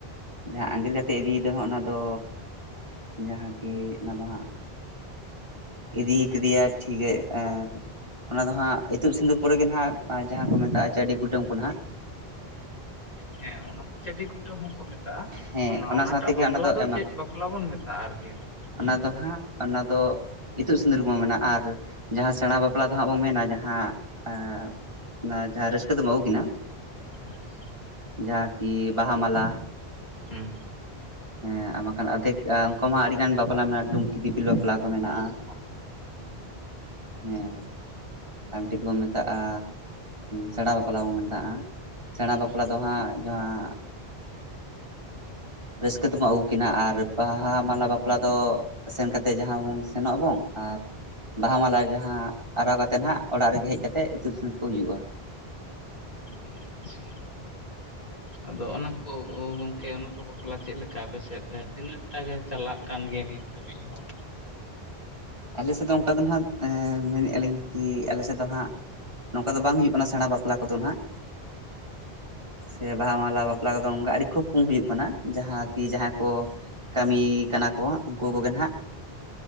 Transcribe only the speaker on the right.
ᱡᱟᱦᱟᱸ ᱟᱸᱜᱤᱨ ᱠᱟᱛᱮᱜ ᱤᱫᱤᱭ ᱫᱚ ᱦᱟᱸᱜ ᱚᱱᱟ ᱫᱚ ᱡᱟᱦᱟᱸ ᱠᱤ ᱚᱱᱟ ᱫᱚ ᱦᱟᱸᱜ ᱤᱫᱤ ᱠᱮᱫᱮᱭᱟ ᱴᱷᱤᱠ ᱜᱮ ᱟᱨ ᱚᱱᱟ ᱫᱚ ᱦᱟᱜ ᱤᱛᱩᱜ ᱥᱤᱸᱫᱩᱨ ᱯᱚᱨᱮᱜ ᱜᱮ ᱦᱟᱜ ᱡᱟᱦᱟᱸ ᱠᱚ ᱢᱮᱛᱟᱜ-ᱟ ᱪᱟᱹᱰᱤ ᱠᱩᱰᱟᱹᱢ ᱠᱚ ᱱᱟᱦᱟ-ᱜ
ᱦᱮᱸ
ᱥᱟᱶ ᱛᱮᱜᱮ
ᱚᱱᱟ
ᱮᱢᱟ
ᱠᱚ
ᱚᱱᱟ
ᱫᱚ ᱦᱟᱜ ᱚᱱᱟ ᱫᱚ ᱤᱛᱩᱫ ᱥᱤᱸᱫᱩᱨ ᱵᱚᱱ ᱢᱮᱱᱟ ᱟᱨ ᱡᱟᱦᱟᱸ ᱥᱮᱬᱟ ᱵᱟᱯᱞᱟ ᱫᱚ ᱦᱟᱜ ᱵᱚᱱ ᱢᱮᱱᱟ ᱡᱟᱦᱟᱸ ᱦᱮ ᱚᱱᱟ ᱡᱟᱦᱟᱸ ᱨᱟᱹᱥᱠᱟᱹ ᱫᱚᱢ ᱟᱹᱜᱩᱠᱤᱱᱟ
ᱡᱟᱦᱟᱸ ᱠᱤ ᱵᱟᱦᱟ ᱢᱟᱞᱟ
ᱦᱮ ᱟᱨ ᱵᱟᱠᱷᱟᱱ ᱟᱫᱷᱮᱠ ᱟ ᱩᱱᱠᱩ ᱢᱟ ᱟᱹᱰᱤ ᱜᱟᱱ ᱵᱟᱯᱞᱟ ᱢᱮᱱᱟᱜ-ᱟ ᱴᱩᱝᱠᱤ ᱫᱤᱯᱤᱞ ᱵᱟᱯᱞᱟ ᱠᱚ ᱢᱮᱱᱟᱜ-ᱟ
ᱦᱮᱸ᱾ ᱟᱢᱴᱤᱡ ᱫᱚᱵᱚᱱ ᱢᱮᱛᱟᱜ-ᱟ ᱥᱮᱬᱟ ᱵᱟᱯᱞᱟ ᱵᱚᱱ ᱢᱮᱛᱟᱜ-ᱟ ᱥᱮᱬᱟ ᱵᱟᱯᱞᱟ
ᱫᱚ ᱦᱟᱜ ᱡᱟᱦᱟᱸ ᱨᱟᱹᱥᱠᱟᱹ ᱛᱮᱵᱚᱱ ᱟᱹᱜᱩ ᱠᱤᱱᱟ ᱟᱨ ᱵᱟᱦᱟ ᱢᱟᱞᱟ ᱵᱟᱯᱞᱟ ᱫᱚ ᱥᱮᱱ ᱠᱟᱛᱮᱫ ᱡᱟᱦᱟᱸ ᱵᱚᱱ ᱥᱮᱱᱚᱜ ᱟᱵᱚᱱ ᱟᱨ ᱵᱟᱦᱟ ᱢᱟᱞᱟ ᱡᱟᱦᱟᱸ ᱟᱨᱟᱣ ᱠᱟᱛᱮ ᱛᱮ ᱱᱟᱦᱟᱜ ᱚᱲᱟᱜ ᱨᱮᱜᱮ ᱦᱮᱡ ᱠᱟᱛᱮᱜ ᱤᱛᱩᱫ ᱥᱩᱱᱩᱨ ᱠᱚ ᱦᱩᱭᱩᱜ-ᱟ ᱾
ᱟᱞᱮᱥᱮᱫ ᱫᱚ ᱚᱱᱠᱟ ᱫᱚ ᱱᱟᱦᱟᱜ ᱢᱮᱱᱮᱫ-ᱟ ᱞᱤᱧ ᱠᱤ ᱟᱞᱮᱥᱮᱫ ᱫᱚ ᱦᱟᱜ ᱱᱚᱝᱠᱟ ᱫᱚ ᱵᱟᱝ ᱦᱩᱭᱩᱜ ᱠᱟᱱᱟ ᱥᱮᱬᱟ ᱵᱟᱯᱞᱟ ᱠᱚᱫᱚ ᱱᱟᱦᱟᱜ ᱥᱮ ᱵᱟᱦᱟ ᱢᱟᱞᱟ ᱵᱟᱯᱞᱟ ᱠᱚᱫᱚ ᱚᱱᱠᱟ ᱟᱹᱰᱤ ᱠᱷᱩᱵ ᱠᱚᱢ ᱦᱩᱭᱩᱜ ᱠᱟᱱᱟ ᱡᱟᱦᱟᱸ ᱠᱤ ᱡᱟᱦᱟᱸ ᱠᱚ ᱠᱚ ᱠᱟᱹᱢᱤ ᱠᱟᱱᱟ ᱠᱚ ᱩᱱᱠᱩ ᱠᱚᱜᱮ ᱱᱟᱦᱟᱜ